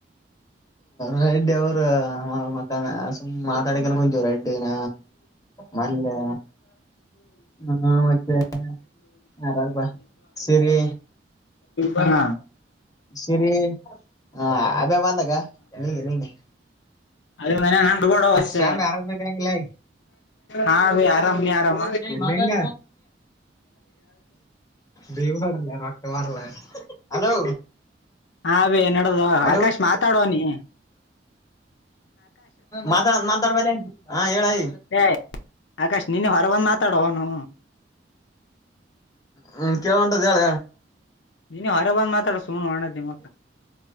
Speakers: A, on the left; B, on the left.
A: ರೈಡ್ಡ್ಯ ವ ಮಕಾನ ಅ ಮ ಕೊಂ ರೆಡ್ಿನ ಮಜೆ ಹ್ಮ ಮತ್ತೆ ಯಪಾ ಸರಿ
B: ಹಾ
A: ಸರಿ ಹ ಅಬೆ ಬಂದಾಗಗೆ ನಿಂಗಗೆ
B: ಅದ ಮ ನಂ ಕೂಡ ಆಯ್
A: ಸ್ವಾಮಿ ಆರಾಮಿದಂಗಿಲ್ಲ
B: ಹಾ ಆರಾಮ್ ನೀ ಆರಾಮ್
A: ಮಂಗ ದೇವ ಮಾಡಡಲ್ಲ ರೊಟ ಬರಲ್ಲ ಹಲೋ
B: ಹಾ ಭೇ ನಡದು
A: ಹಲೋ
B: ಆಕಾಶ್ ಮಾತಾಡುವ ನೀಿ
A: ಮಾತಾ ಮಾತಾಡ್ಬೇಾಲೆ ಹಾ ಹೇಳೈ
B: ಏ ಆಕಾಶ್ ನೀನ್ನ ಹೊರ ಒಂದ್ ಮಾತಾಡುವನು
A: ಹ್ಮ್ ಕೇಳ ಉಂಟ್ದ ಹೇಳಳ
B: ನೀನ್ನ ಹೊರ ಬಂದ್ ಮಾತ್ರ ಮಡ ಸುಮನ್ ಮಾಡತಿ ಮ